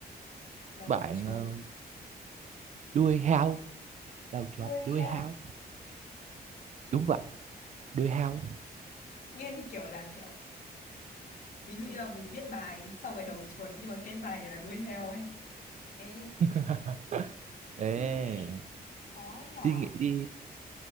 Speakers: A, on the left; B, on the right.
A: đầu
B: bạn
A: chuột
B: ờ, đuôi hao đầu chuột
A: đuôi
B: đuôi
A: heo
B: hao đúng vậy đuôi hao
A: nghe như kiểu là kiểu ví dụ như là mình viết bài xong rồi đầu chuột nhưng mà kết bài là đuôi heo ấy ê
B: <laughs> ê
A: suy nghĩ khó đấy nhỏ
B: suy nghĩ đi